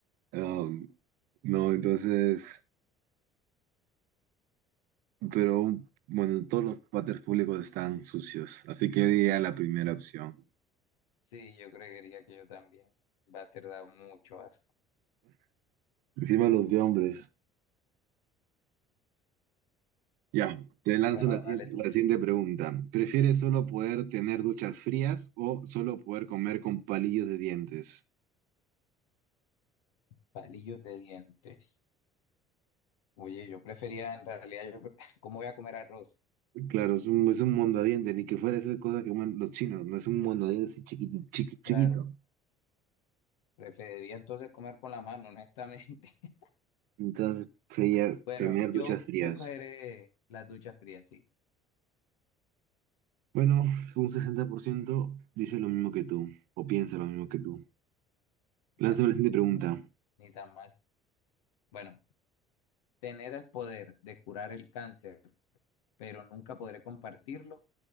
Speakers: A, on the right; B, on the left.
A: Um, no, entonces, pero bueno, todos los váteres públicos están sucios, así que yo diría la primera opción.
B: Sí, yo creería que yo también. Váter da mucho asco.
A: Encima los de hombres. Ya, te lanzo
B: Bueno,
A: la, si-
B: dale
A: la
B: tú.
A: siguiente pregunta. ¿Prefieres solo poder tener duchas frías o solo poder comer con palillos de dientes?
B: Palillos de dientes. Oye, yo prefería, en realidad, yo, pre- <laughs> ¿cómo voy a comer arroz?
A: Claro, es un, es un mondadiente, ni que fuera esa cosa que comen los chinos, no es un mondadiente así chiquitito, chiquito.
B: Claro, preferiría entonces comer con la mano, honestamente. <laughs>
A: Entonces sería
B: Bueno,
A: tener
B: yo,
A: duchas frías.
B: yo cogeré las duchas frías, sí.
A: Bueno, un 60% dice lo mismo que tú, o piensa lo mismo que tú.
B: Bueno,
A: Lánzame la siguiente pregunta.
B: ni tan mal. Bueno. tener el poder de curar el cáncer, pero nunca podré compartirlo,